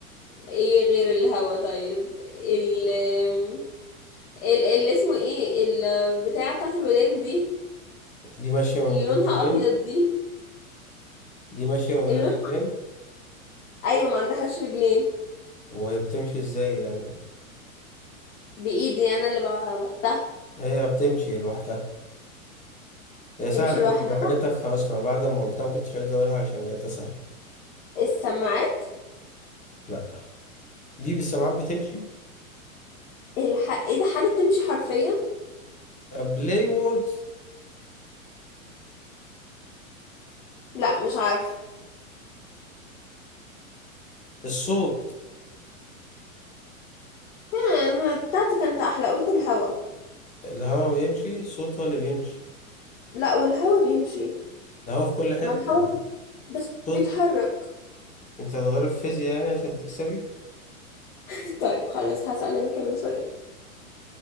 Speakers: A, on the left (about 65°); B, on the left (about 15°).
A: ايه غير الهوا طيب ال آم، ال اللي اسمه ايه البتاعة بتاعت الودان دي
B: دي ماشية من
A: اللي
B: غير
A: لونها
B: رجلين
A: ابيض دي
B: دي ماشية من غير
A: اللون
B: رجلين
A: ايوه ما عندهاش رجلين
B: وهي بتمشي ازاي يعني
A: بايدي انا اللي بح- بحطها
B: هي بتمشي لوحدها هي
A: تمشي
B: سهلة
A: لوحدها
B: جدا حاجة تافهة أصلا بعد ما قلتها ما كنتش عايز أقولها عشان لقيتها سهلة
A: السماعات
B: لا دي بالسماعات بتمشي
A: الح... ايه ده حاجة بتمشي حرفيا
B: بلاي ووردز
A: لا مش عارفة
B: الصوت
A: كان بتاعتي كانت احلى قلت الهوا
B: الهواء بيمشي الصوت هو اللي بيمشي
A: لا والهوا بيمشي
B: الهواء في كل حتة
A: ما الهوا بي- بس
B: الصوت
A: بيتحرك
B: انت هتغير في فيزياء يعني عشان تكسبي
A: <laughs> طيب خلاص هسأل انا كمان سؤال